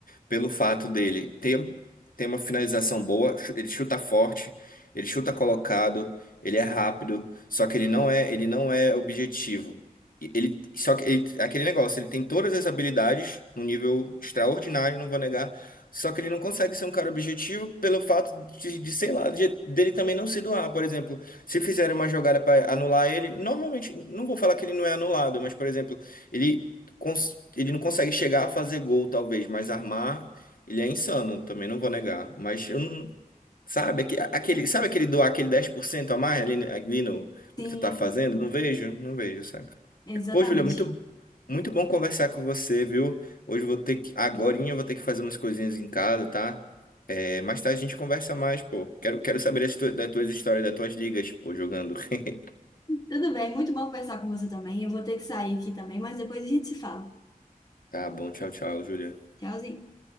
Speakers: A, on the left; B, on the left.
A: pelo fato dele ter, ter uma finalização boa, chu- ele chuta forte, ele chuta colocado, ele é rápido, só que ele não é, ele não é objetivo. E Ele, só que ele, é aquele negócio, ele tem todas as habilidades num nível extraordinário, não vou negar, só que ele não consegue ser um cara objetivo pelo fato de, de, sei lá, de- dele também não se doar, por exemplo. Se fizerem uma jogada para anular ele, normalmente, não vou falar que ele não é anulado, mas, por exemplo, ele cons- ele não consegue chegar a fazer gol, talvez, mas armar, ele é insano, também não vou negar. Mas eu não. Sabe, aque- aquele, sabe aquele doar aquele 10% a mais ali, ali no, no
B: Sim,
A: que tu tá fazendo? Não vejo, não vejo, saca?
B: exatamente.
A: Pô, Júlia, muito, muito bom conversar com você, viu? Hoje eu vou ter que, agorinha eu vou ter que fazer umas coisinhas em casa, tá? É, mais tarde a gente conversa mais, pô. Quero, quero saber as tu- das tuas histórias, das tuas ligas, pô, jogando. <laughs>
B: Tudo bem, muito bom conversar com você também. Eu vou ter que sair aqui também, mas depois a gente se fala.
A: Tá bom, tchau, tchau, Júlia.
B: Tchauzinho.